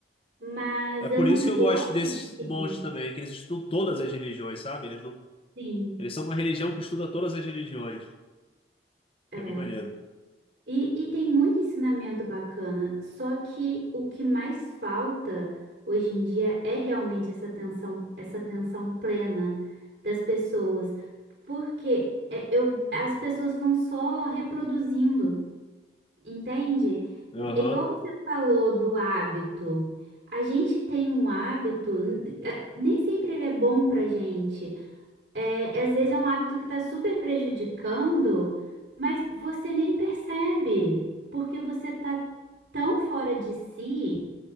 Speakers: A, on the right (about 70°); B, on the left (about 30°).
A: Mas
B: é por
A: eu não
B: isso que
A: gosto
B: eu gosto desses
A: de seguir,
B: monges também, que eles estudam todas as religiões, sabe? Eles não,
A: sim.
B: eles são uma religião que estuda todas as religiões.
A: É.
B: que É bem maneiro.
A: E, e tem muito ensinamento bacana, só que o que mais falta hoje em dia é realmente essa atenção, essa atenção plena das pessoas, porque é, eu, as pessoas vão só reproduzindo, entende?
B: Aham.
A: N- Igual você falou do hábito, a gente tem um hábito, n- é, nem sempre ele é bom pra gente. É, às vezes é um hábito que está super prejudicando, mas você nem percebe, porque você está tão fora de si